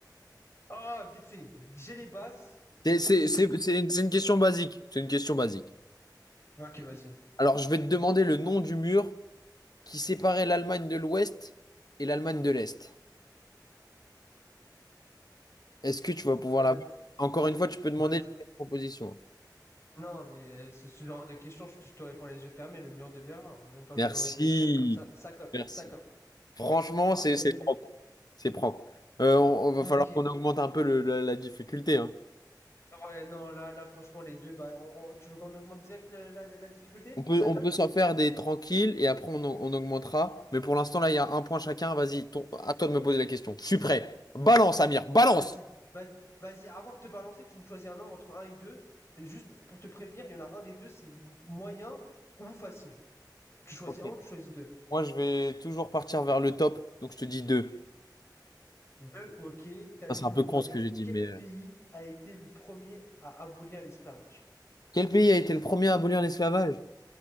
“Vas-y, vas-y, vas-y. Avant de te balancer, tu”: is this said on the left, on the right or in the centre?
Left